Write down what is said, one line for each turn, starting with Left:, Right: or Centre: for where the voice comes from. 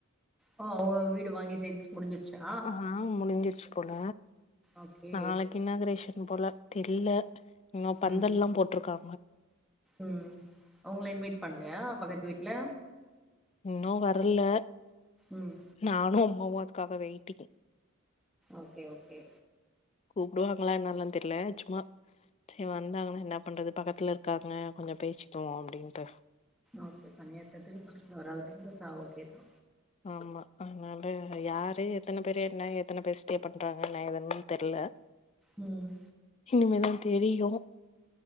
Centre: ஓ அவுங்க வீடு வாங்கி சேல்ஸ் முடிஞ்சிருச்சா
Left: ஆ முடிஞ்சிருச்சு போல
Centre: ஓகே
Left: நாளைக்கு இனாகிரேஷன் இ போல தெரில ணோ பந்தல்லா
Centre: ம்
Left: போட்ருக்கா
Centre: ம் உங்ள இன்வைட் பண்லையா பக்கத்து வீட் இல
Left: ன்னோ வர்ல
Centre: ம்
Left: நானோ <unintelligible> வெய்ட்டிங்
Centre: ஓகே ஓகே
Left: கூப்டுவாங்ளா என்னலா தெர்ல சும்மா சே வந்தாங்கன்னா என்ன பண்றது பக்கத்ல இருக்காங்க கொஞ்சோ பேசிக்குவோ அப்டின்ட்டு
Centre: ஓகே தனியாற்கர்துக்கு பக்கத்ல வராள் இருந்த சா ஓகே தா
Left: ஆம்மா அனால யாரு எத்தன பேரு என்ன எத்தன பெஸ்டி பண்றாங்க ந எதுன் தெர்ல
Centre: ம்
Left: இனிமேதா தெரியோ